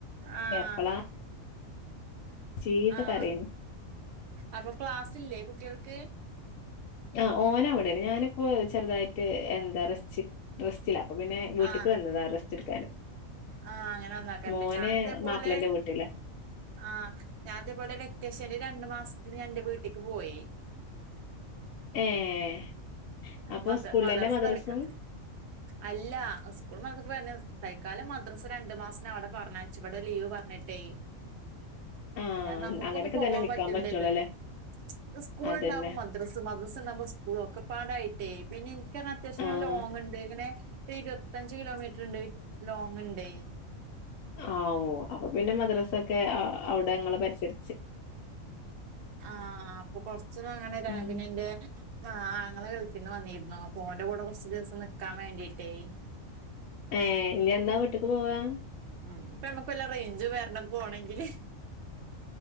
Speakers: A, on the right; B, on the left.
A: ആഹ്
B: എപ്പളാ ചീത്ത
A: ആഹ്
B: പറയും
A: അപ്പൊ ക്ലാസ്സില്ലേ കുട്ടികൾക്ക്
B: ആഹ് ഓന് അവിടെയാണ് ഞാനിപ്പോ ചെറുതായിട്ട് എന്താ റസ്റ്റ് റസ്റ്റില്ലാ അപ്പൊ പിന്നെ വീട്ടിക്ക്
A: ആഹ്
B: വന്നതാ റസ്റ്റ് എടുക്കാന്
A: ആഹ് അങ്ങനെ വന്നാക്കാറല്ലേ
B: മോന്
A: ഞാന് ഇതേപോലെ
B: മാപ്പിളന്റെ വീട്ടിലാ
A: ആഹ് ഞാന് ഇതേപോലെ വെക്കേഷൻ രണ്ടു മാസത്തിന് ഞാൻ എന്റെ വീട്ടിലേക്ക് പോയി
B: ഏഹ് അപ്പൊ
A: മദ
B: സ്കൂളന്നെ
A: മദർസ
B: മദ്രസും
A: തൽക്ക അല്ല സ്കൂൾ മദ്രസൊക്കെ പറഞ്ഞ തൽക്കാലം മദ്രസ രണ്ടു മാസത്തിന് അവിടെ പറഞ്ഞ ച്ച് ഇവിടെ ലീവ് പറഞ്ഞിട്ടേ
B: ആഹ്
A: അല്ലാ നമുക്കൊന്ന്
B: അങ്ങനൊക്കെ
A: പോവാൻ
B: തന്നെ നിക്കാൻ
A: പറ്റണ്ടേ
B: പറ്റുള്ളൂല്ലേ
A: ഇത് ത് സ്കൂൾ
B: അതന്നെ
A: ഇണ്ടാവും മദ് മദ്രസ് മദ്രസ് ഇണ്ടാവുമ്പോ സ്കൂള് ഒക്കെ പാടായിട്ടേ പിന്നെ എനിക്ക് പറഞ്ഞ അത്യാവിശ്യം
B: ആഹ്
A: ഇങ്ങനെ ലോങ്ണ്ട് ഇങ്ങനെ ഒരു ഇരുപത്തഞ്ച് കിലോമീറ്റർ ഉണ്ട് ലോങ് ഉണ്ടേ
B: ആവോ അപ്പൊ പിന്നെ മദ്രസൊക്കെ അവിടെങ്ങളെ പരിസര
A: ആഹ് അപ്പൊ കൊറച്ച് അങ്ങനെ ര
B: ഉം
A: പിന്നെ എന്റെ ആഹ് ആങ്ങള ഗൾഫിന്ന് വന്നിരുന്നു അപ്പോ ഓന്റെ കൂടെ കുറച്ചു ദിവസം നിക്കാൻ വേണ്ടീട്ടേ
B: ഏ ഇനി എന്നാ വീട്ടിക്ക് പോവാ
A: ഉം ഇനിപ്പൊ നമ്മുക്ക് വല്ല റേഞ്ച് വരണം പോകണെങ്കില്